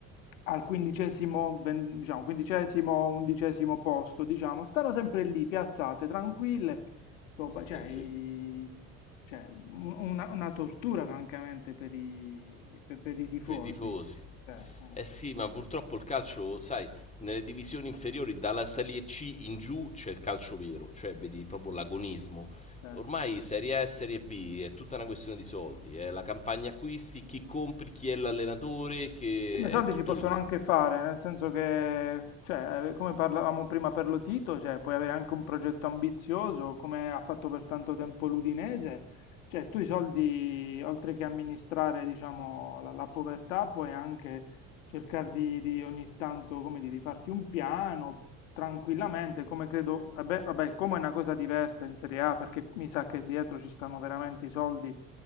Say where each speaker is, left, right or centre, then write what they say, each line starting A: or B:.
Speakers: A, on the left; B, on the left.
A: al quindicesimo, ven- diciamo, quindicesimo, undicesimo posto, diciamo, stanno sempre lì, piazzate, tranquille, roba-
B: Sì,
A: cioè, i-
B: sì,
A: cioè, un- una, una tortura francamente per i, per, per i tifosi.
B: per i tifosi.
A: Cioè, eh,
B: Eh sì, ma purtroppo il calcio, sai, nelle divisioni inferiori, dalla Serie C in giù c'è il calcio vero, cioè vedi proprio l'agonismo.
A: sì.
B: Ormai Serie A e Serie B è tutta una questione di soldi, è la campagna acquisti, chi compri, chi è l'allenatore, che
A: Sì, ma i
B: è
A: soldi
B: tutto
A: si possono
B: lì.
A: anche fare, nel senso che, cioè, eh, come parlavamo prima per Lotito, cioè, puoi avere anche un progetto ambizioso, come ha fatto per tanto tempo l'Udinese, cioè, tu i soldi, oltre che amministrare, diciamo, la, la povertà, puoi anche cercare di, di ogni tanto, come dire, di farti un piano tranquillamente, come credo, vabbè, vabbè, come è una cosa diversa in Serie A, perché mi sa che dietro ci stanno veramente i soldi